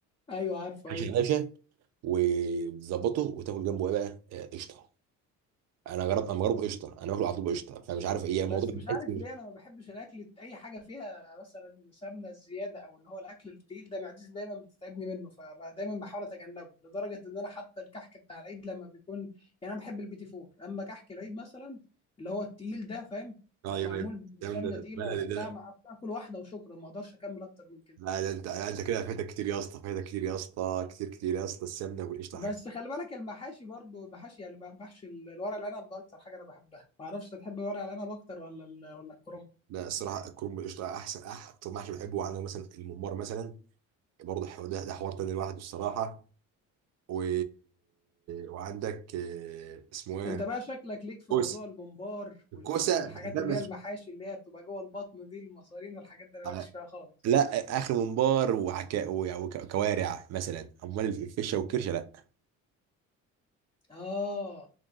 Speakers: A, on the left; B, on the right.
A: ايوه عارفه
B: محشي
A: ايوه
B: يا باشا وتظبطه وتاكل جنبه ايه بقى آه، قشطه انا جربت انا جربه قشطه انا باكله على طول بقشطه فمش عارف ايه الموضوع
A: بس مش
B: بيتحس-
A: عارف ليه انا ما بحبش الاكل اي حاجه فيها مثلا سمنه زياده او اللي هو الاكل التقيل ده معدتي دايما بتتعبني منه فدايما بحاول اتجنبه لدرجه ان انا حتى الكحك بتاع العيد لما بيكون يعني انا بحب البيتي فور اما كحك العيد مثلا اللي هو التقيل ده فاهم
B: ايوه
A: لو معمول
B: ايوه
A: بسمنه
B: جامد
A: تقيله
B: بلدي
A: ولا بتاع
B: ده
A: ما اكل واحده وشكرا ما اقدرش اكمل اكتر من كده
B: لا لا انت لا انت كده فايتك كتير يا اسطى فايتك كتير يا اسطى كتير كتير يا اسطى السمنه والقشطه
A: بس
B: حاجه
A: خلي بالك المحاشي برضو المحاشي يعني محشي الورق العنب ده اكتر حاجه انا بحبها ما اعرفش تحب ورق العنب اكتر ولا ال- ولا الكرنب
B: لا الصراحه الكرنب بالقشطه احسن اكتر محشي بحبه عندك مثلا الممبار مثلا برضه الحوار ده, ده حوار تاني لوحده الصراحه و... وعندك آه، اسمه ايه
A: انت بقى شكلك ليك في
B: الكوسه
A: موضوع الممبار وال-
B: الكوسه
A: والحاجات
B: بحبها
A: اللي
B: بس
A: هي المحاشي
B: مش-
A: اللي هي بتبقى جوه البطن دي المصارين والحاجات دي انا
B: آه،
A: ماليش فيها خالص
B: لا آه، اخر ممبار وحكا وكوارع مثلا امال الفشه والكرشه لا
A: اه